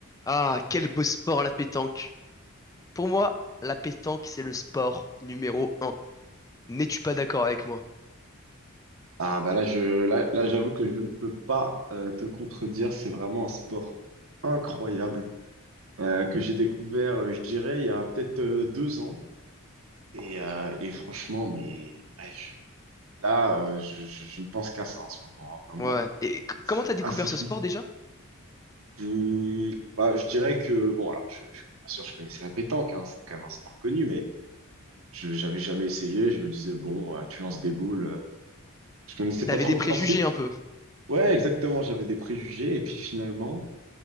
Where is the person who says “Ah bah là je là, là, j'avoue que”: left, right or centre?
Right